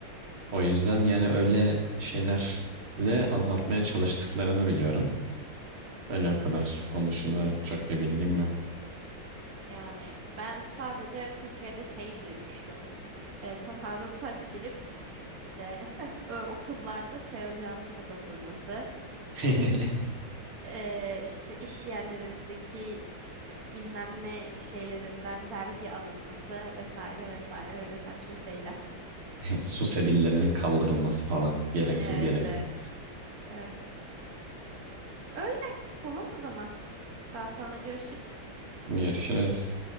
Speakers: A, on the right; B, on the right.
A: O yüzden yani öyle şeylerle azaltmaya çalıştıklarını biliyorum. Öyle o kadar. Onun dışında çok bir bilgim yok.
B: Yani ben sadece Türkiye'de şeyi duymuştum. e, tasarrufa gidilip işte <laughs> ö- okullarda çay ocağının kapatılması,
A: <laughs>
B: e, işte iş yerlerindeki bilmem ne şeylerinden vergi alınması vesaire vesaire öyle saçma şeyler. <laughs>
A: Su sebillerinin kaldırılması falan. Gereksiz
B: Evet
A: gereksiz.
B: evet evet. Öyle tamam o zaman. Daha sonra görüşürüz.
A: Görüşürüz.